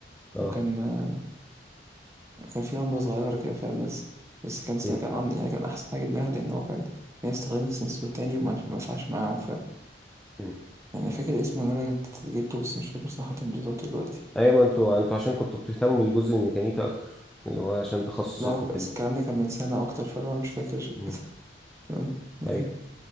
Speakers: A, in the centre; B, on the right.
A: اه
B: وكان آه، وكان في لمبة صغيرة كده فاهم بس بس كان صراحة
A: مم.
B: كان عن- يعني كان أحسن حاجة جبناها لأن هو كان الناس استخدمت سنسور تاني وما ما ينفعش معاهم
A: مم.
B: يعني فاكر اسمه اللي انا كنت جبته بس مش فاكر صراحة بالظبط دلوقتي
A: أيوة ما انتوا انتوا عشان كنتوا بتهتموا بالجزء الميكانيكي أكتر اللي هو عشان تخصصك
B: لا هو
A: وكده
B: أصل الكلام ده كان من سنة اكتر فانا مش فاكر عشان
A: مم.
B: كده <laughs> فاهم؟
A: أيوه